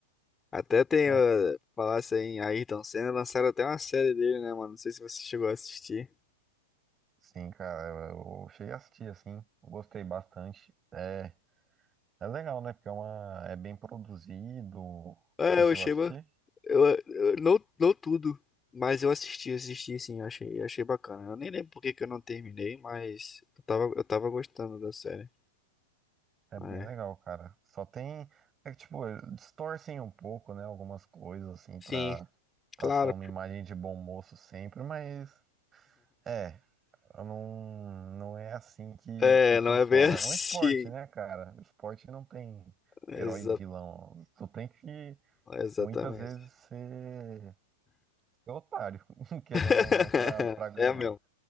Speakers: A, on the left; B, on the right.
A: Até tem,
B: mas
A: uh, falasse aí em Ayrton Senna, lançaram até uma série dele, né, mano? Não sei se você chegou a assistir.
B: sim, cara, eu eu cheguei a assistir assim, gostei bastante. É, é legal, né? Porque é uma, é bem produzido.
A: É,
B: Você
A: eu
B: chegou
A: achei,
B: a assistir?
A: ba- eu, eu- não, não tudo, mas eu assisti, assisti sim, eu achei, eu achei bacana. Eu nem lembro por que que eu não terminei, mas eu tava, eu tava gostando da série.
B: É bem
A: É.
B: legal, cara. Só tem. É que, tipo, distorcem um pouco, né? Algumas coisas, assim,
A: Sim,
B: pra passar
A: claro.
B: uma imagem de bom moço sempre, mas. É, eu não, não é assim que,
A: É,
B: que funciona.
A: não é bem <laughs> assim.
B: É um esporte, né, cara? O esporte não tem
A: Exa-
B: herói e vilão. Tu tem que,
A: exatamente.
B: muitas vezes, ser, ser otário, <laughs> querendo
A: <laughs>
B: ou não, pra, pra ganhar.
A: É mesmo,